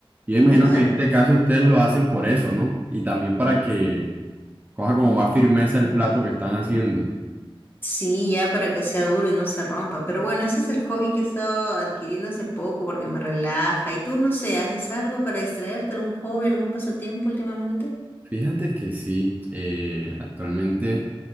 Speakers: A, on the right; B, on the left.
A: Yo imagino
B: Ajá.
A: que en este caso ustedes lo hacen por eso, ¿no? Y también para que coja como más firmeza el plato que están haciendo.
B: Sí, ya para que sea duro y no se rompa. Pero bueno, ese es el hobby que he estado adquiriendo hace poco porque me relaja. ¿Y tú, no sé, haces algo para distraerte? ¿Algún hobby, algún pasatiempo últimamente?
A: Fíjate que sí, eh, actualmente